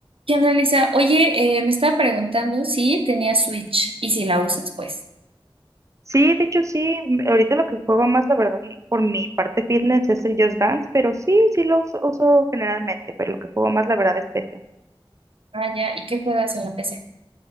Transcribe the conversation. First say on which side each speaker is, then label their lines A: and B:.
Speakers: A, on the right; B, on the right.
A: ¿Qué onda, Lisa? Oye, eh, me estaba preguntando si tenías Switch y si la usas, pues.
B: Sí, de hecho sí, m- ahorita lo que juego más, la verdad, por mi parte fitness es el Just Dance, pero sí, sí lo uso, uso generalmente, pero lo que juego más, la verdad, es PC.
A: Ah, ya. ¿Y qué juegas en la PC?